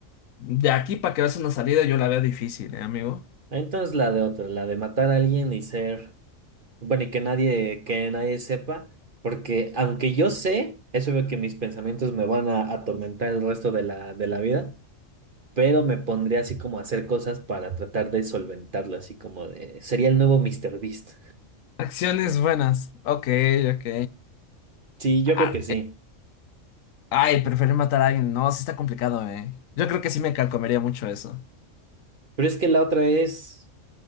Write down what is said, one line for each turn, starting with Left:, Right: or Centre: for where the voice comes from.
Left: de aquí para que veas una salida yo la veo difícil, eh, amigo.
Right: Entonces la de otra, la de matar a alguien y ser, bueno, y que nadie, que nadie sepa, porque aunque yo sé, es obvio que mis pensamientos me van a atormentar el resto de la, de la vida, pero me pondría así como a hacer cosas para tratar de solventarlo, así como de, sería el nuevo Mr. Beast.
Left: Acciones buenas. Ok, ok.
Right: Sí, yo
Left: Ah,
Right: creo que sí,
Left: Ay, preferir matar a alguien. No, sí está complicado, eh. Yo creo que sí me carcomería mucho eso.
Right: pero es que la otra es,